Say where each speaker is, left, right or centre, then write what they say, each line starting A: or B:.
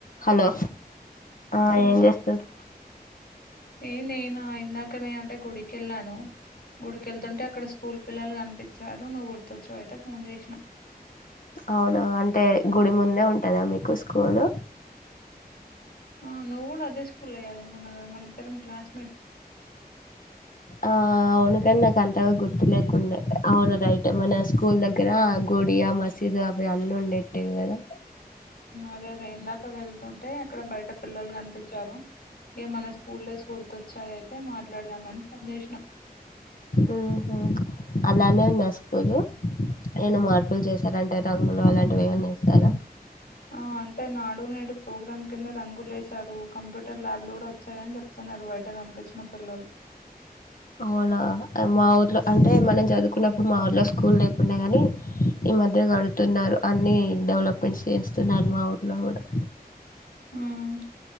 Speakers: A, on the left; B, on the left.
A: Hello ఆహ్
B: ఆ
A: ఏం జెస్తాడు
B: ఏ నేనా ఇందాక్ ఇక్కనేే అంటే గుడికెళ్ళాను గుడికెళ్తుంటే అక్కడ స్కూల్ పిల్లలు గనిపించారు నువ్వు గుర్తుచ్చావ్ అయితే ఫోన్ జెసినా
A: అవును అంటే గుడి ముందే ఉంటుంద మీకు స్కూలు
B: ఆహ్ నువ్వ్ గూడా అదే స్కూల్లో చదువుకున్నావ్ గద మన ఇద్దరం క్లాస్.
A: ఆహ్ అవును కానీ నాకు అన్ గుర్తు లేకుండె అవును రైటె మన స్కూల్ దగ్గర గుడి ఆ మసీదు అవి అన్నీ ఉండేట్టివి గదా.
B: అదే అదే ఇందాక వెళ్తుంటే అక్కడ బయట పిల్లలు కనిపించారు ఇగ మన స్కూల్ డేస్ గుర్తొచ్చాయ్ అయితే మాట్లాడదామని ఫోన్ జేస్నా.
A: మ్మ్ హుఅలానే ఉందా స్కూలు ఏఅన్న మార్పులు చేశార అంటే రంగులు అలాంటివి ఏవన్న ఎసార.
B: ఆహ్ అంటే నాడు నేడు ప్రోగ్రామ్ కింద రంగు లేసారు కంప్యూటర్ ల్యాబ్లు గూడా వచ్చాయని చెప్తున్నారు బయట కనిపించిన పిల్లలు.
A: అవునా అ మా ఊర్లో అంటే మనం చదువుకున్నప్పుడు మా ఊళ్లో స్కూల్ లేకుండె గానీ ఈ మధ్య గడుతున్నారు అన్నీ డెవలప్మెంట్స్ చేస్తున్నారు మా ఊర్లో గూడా.
B: మ్మ్